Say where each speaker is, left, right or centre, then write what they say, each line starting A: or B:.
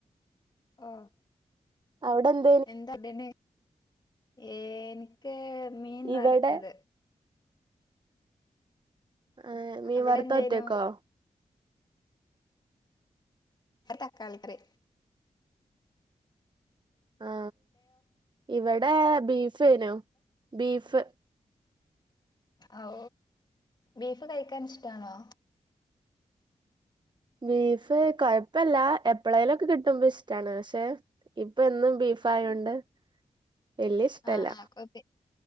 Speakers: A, on the left; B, on the right.
A: ആ.
B: അവിടെന്ത്‌.
A: എന്താ ബ <unintelligible> ന് എനിക് മീൻ
B: ഇവിടെ
A: വ റുത്തത്.
B: ആ, മീൻ
A: അവിടെ
B: വറുത്തത്
A: എന്തേനു
B: ഒറ്റക്കോ?
A: അ, തക്കാളക്കറി.
B: ആ, ഇവെടെ ബീഫേനും ബീഫ്.
A: ഔ. ബീഫ് കഴിക്കൻ ഇഷ്ടാണോ?
B: ബീഫ് കൊഴപ്പല്ല. എപ്പോളേ ലൊക്കെ കിട്ടുമ്പോ ഇഷ്ടാണ്. പക്ഷേ ഇപ്പ എന്നും ബീഫായോണ്ട് വല്യ ഇഷ്ടല്ല
A: ആ, ആ കൊപ്പി